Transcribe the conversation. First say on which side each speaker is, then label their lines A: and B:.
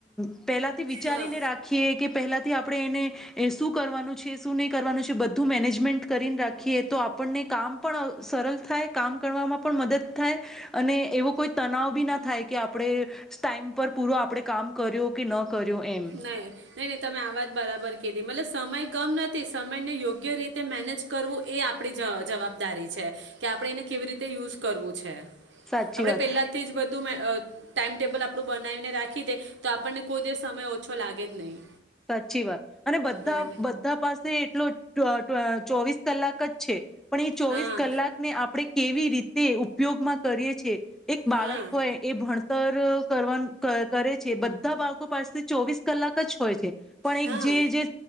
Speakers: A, in the centre; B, on the right (about 70°).
A: પેલાથી વિચારીને
B: હા
A: રાખીએ કે પહેલા. થી આપણે એને શું કરવાનું છે શું નહીં કરવાનું છે બધું મેનેજમેન્ટ કરીને રાખીએ તો આપણને કામ પણ સરળ થાય કામ કરવામાં પણ મદદ થાય અને એવો કોઈ તનાવ બી ના થાય કે આપણે ટાઈમ પર પૂરો આપણે કામ કર્યો કે ન કર્યો એમ
B: નહી નહી નહી તમે આવાજ બરાબર કીધી મતલલે સમય કમ નથી સમય ને યોગ્ય રીતે મેનેજ કરવું એ આપડી જવાબદારી છે કે આપડે એને કેવી રીતે યુઝ કરવું છે.
A: સાચી
B: આપડે
A: વાત
B: પેલા થી જ બધું મે અ ટાાઈમટેબલ આપણું બનાવીને રાખી દે તો આપણને કોઈ દિવ સમય છો લાગે જ નહીં.
A: સાચી વાત અને બધા
B: હા
A: બધા પાસે એટલો <inaudible> ચોવીસ કલાક જ છે. પણ એ ચોવીસ
B: હા
A: કલાકને આપણે કેવી રીતે તે ઉપયોગમાં કરીએ છે. એક બાળક
B: હા
A: હોય એ ભણ કરવા કરે છે બધા બાળકો પાસે ચોવીસ કલાક જ હોય છે. પણ એક
B: હા
A: જે